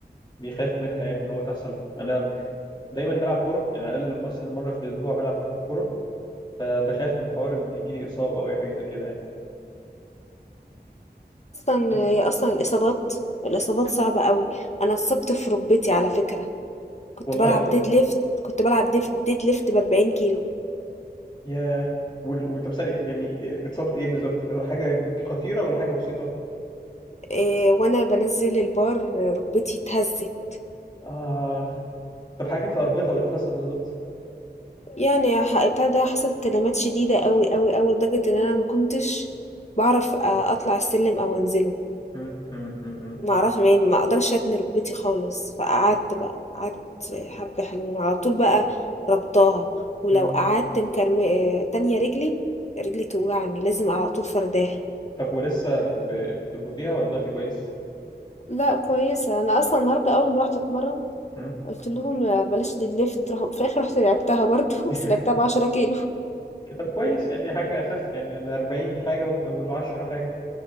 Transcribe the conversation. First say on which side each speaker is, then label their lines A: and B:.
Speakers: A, on the left (about 25°); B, on the left (about 40°).
A: بيخاف منها يعني ان هو تحصل له. انا دايما بلعب كوره يعني اقل لما مثلا مره في الاسبوع بلعب كوره فبخاف من حوار ان يجي لي اصابه او اي حاجه زي كده يعني
B: أصلا
A: بس
B: هي أصلا الإصابات الإصابات صعبة قوي أنا اتصبت في ركبتي على فكرة كنت
A: والله
B: بلعب ديد ليفت كنت بلعب ديف- ديد ليفت بأربعين كيلو
A: يا وال- وال- طب ثانيه يعني اتصبت ايه بالظبط حاجه خطيره ولا حاجه بسيطه
B: إيه وأنا بنزل البار ركبتي اتهزت
A: اه طب حاجه في اربطه وايه اللي حصل بالظبط
B: يعني ح بتاع ده حصلت كدمات شديدة أوي، أوي، أوي، لدرجة إن أنا ما كنتش باعرف أ أطلع السلم أو أنزله،
A: مم، مم، مم، مم،
B: ما أعرفش يعني ما أقدرش أتني ركبتي خالص، فقعدت بقى، قعدت حبة حلوين، على طول بقى رابطاها، ولو
A: مم.
B: قعدت مكرم آآ، تانية رجلي، رجلي توجعني، لازم على طول فرداها.
A: طب ولسه ب... بتربطيها ولا دلوقتي كويس
B: لأ كويسة، أنا أصلًا النهارده أول ما رُحت أتمرن
A: مم.
B: قُلت لهم آه، بلاش leg lift راحوا في الآخر رُحت لعبتها برضه، <laughs>
A: <laughs>
B: بس لعبتها ب10 كيلو. <laughs>
A: طب كويس يعني حاجه اخف يعني ال 40 حاجه وال 10 حاجه